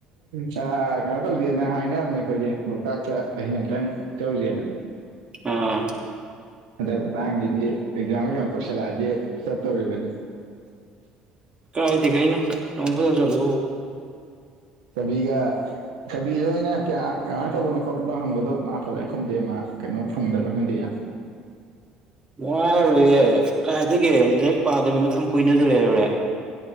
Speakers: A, on the right; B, on the right.
A: ꯆꯥ ꯀꯩꯅꯣ ꯇꯧꯖꯦꯅ ꯍꯥꯏꯅꯝꯅꯦ ꯑꯩꯈꯣꯏꯖꯦ ꯂꯣꯛꯇꯥꯛꯇ ꯑꯍꯤꯡ ꯑꯇꯪ ꯆꯧꯖꯦꯅ
B: ꯑ
A: ꯍꯟꯗꯛ ꯃꯇꯥꯡꯖꯤꯗꯤ ꯑꯦꯛꯖꯥꯝꯒ ꯀꯅꯣ ꯇꯧꯁꯜꯂꯑꯗꯤ ꯆꯠꯇꯣꯔꯤꯕꯅꯤ
B: ꯀꯥꯏꯗꯦ ꯀꯩꯅꯣ ꯅꯣꯡ ꯐꯥꯗꯣꯛ ꯆꯂꯨꯕꯕꯨ
A: ꯇꯧꯕꯤꯒ ꯊꯕꯤꯗꯣ ꯑꯩꯅ ꯀꯌꯥ ꯀꯃꯥꯏ ꯇꯧꯕꯅꯣ ꯈꯣꯠꯄꯅꯣ ꯍꯪꯕꯗꯣ ꯃꯥ ꯐꯖ ꯈꯨꯝꯗꯦ ꯃꯥ ꯀꯩꯅꯣ ꯐꯪꯗꯕ꯭ꯔꯥ ꯈꯪꯗꯦ ꯌꯥꯝ
B: ꯋꯥꯔꯣꯏꯌꯦ ꯀꯥꯏꯗꯒꯦ ꯂꯤꯔꯤꯛ ꯄꯥꯗꯕ ꯃꯇꯝ ꯀꯨꯏꯅꯖꯨ ꯂꯩꯔꯨꯔꯦ